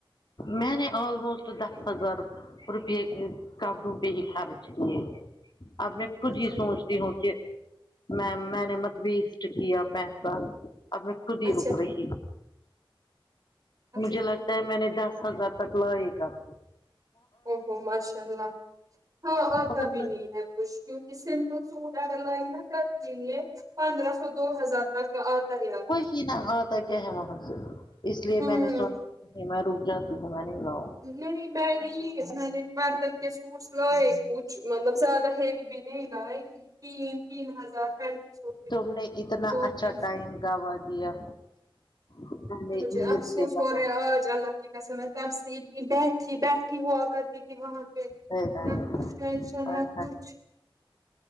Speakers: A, on the left (about 55°); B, on the right (about 40°).
A: میں نے آللموسٹ دس ہزار روپیے کے کپڑوں پر ہی خرچ کیے اب میں خود
B: اچھا
A: ہی سوچتی ہوں کہ میں میں نے مت وسٹ کیا پیسہ اب میں خود ہی
B: اچھا
A: رک رہی
B: اچھا
A: مجھے
B: ٹھیک
A: لگتا ہے میں نے دس ہزار تک لیے کپ
B: او ہو ماشاء اللہ ہاں آتا
A: بہت
B: بھی نہیں ہے کچھ کیونکی سمپل سوٹ اگر لائ نا <unintelligible> پندرہ سو دو ہزار تک کا آتا ہی آتا
A: وہی
B: ہے
A: آتا ہے کیا ہے وہاں سے اس لیے
B: ہوں
A: میں نے سوچ میں رک جاتی ہوں میں نہیں لاؤں
B: نہیں میں نے اس مہینے <unintelligible> سوٹس لائے کچھ مطلب زیادہ ہیوی بھی نہیں لائے تین تین ہزار پینتیس سو کے
A: تم
B: لائے
A: نے اتنا
B: دو
A: اچھا
B: تین
A: ٹائم
B: سو
A: گوا دیا تم نے عید
B: مجھے افسوس
A: سے گوا
B: ہو رہا آج اللہ کی قسم ہے تب سے اتنی بیٹھی بیٹھی ہوا کر کرتی تھی وہاں پہ
A: ہائے ہائے
B: نہ کچھ ٹینشن
A: ہائے
B: نہ
A: ہائے
B: کچھ